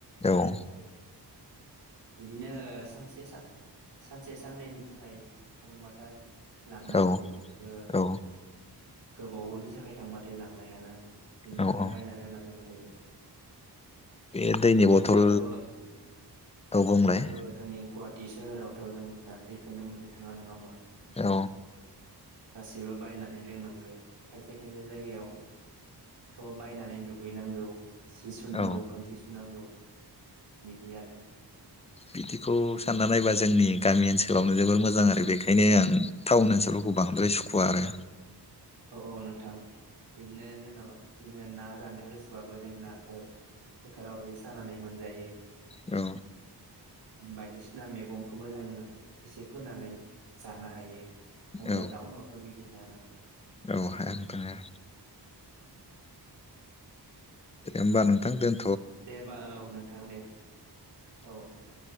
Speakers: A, on the left; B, on the right.
A: औ
B: बिदिनो सानसे सानसे साननैनि थाखाय थांबाथाय लांनो
A: औ
B: हायो ओ
A: औ
B: गोबावनि थाखाय थांबाथाय लांनो हायाना नोंथां। बेनि
A: औ
B: थाखाय
A: औ
B: बायनानै लोंनो गोनां जायो।
A: बे दैनि
B: आथिखालावथ'
A: बथल औ बुंलाय
B: जिथु जोंनि गुवा हाटी सोहोरावथ' जों दा दैखोननो मोननो थाङा नङा होमबा नोंथां?
A: औ
B: गासैबो बायनानै लोंनां गो खायसे खायसे जायगायाव थ' बायनानै दुगैनांगौ। सि सुनांगौ,
A: औ
B: खांसि सुनांगौ। बिदि आरो।
A: बिदिखौ सानना नायबा जोंनि गामि ओनसोलावनो जोबोर मोजां आरो बेखायनो आं टाउन ओनसोलफोरखौ बांद्राय सुखुवा आरो।
B: औ औ नोंथां बिदिनो जेन जिङो ना जानो गोसोबाबो जों नाखौ फोथाराव जे सानानै मोनजायो।
A: औ।
B: बायदिसिना मैगंखौबो जोङो एसे फोनानै जानो हायो। नाथाय
A: औ
B: टाउनावथ' बि दि हाया नामा
A: औ हाया नोंथां हाया। दे होमबा नोंथां दोन
B: दे होमबा औ नोंथां दे औ नोंथां।